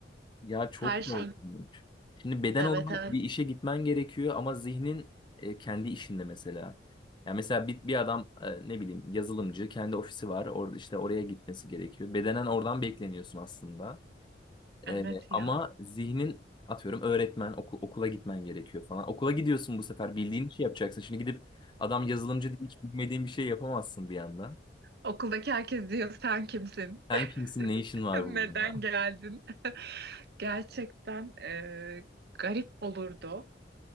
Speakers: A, on the left; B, on the right.
A: Ya çok
B: her şey
A: korkunç. Şimdi beden
B: evet
A: olarak
B: evet
A: bir işe gitmen gerekiyor ama zihnin e, kendi işinde mesela. Yani mesela bir, bir adam e, ne bileyim yazılımcı kendi ofisi var orada işte oraya gitmesi gerekiyor. Bedenen oradan bekleniyorsun aslında.
B: Evet
A: E, ama
B: ya.
A: zihnin atıyorum öğretmen oku- okula gitmen gerekiyor falan. Okula gidiyorsun bu sefer bildiğin işi yapacaksın. Şimdi gidip adam yazılımcı diye hiç bilmediğin bir şey yapamazsın bir anda.
B: Okuldaki herkes diyor sen kimsin?
A: Sen kimsin ne işin
B: <laughs>
A: var
B: Neden
A: burada?
B: geldin? Gerçekten e, garip olurdu.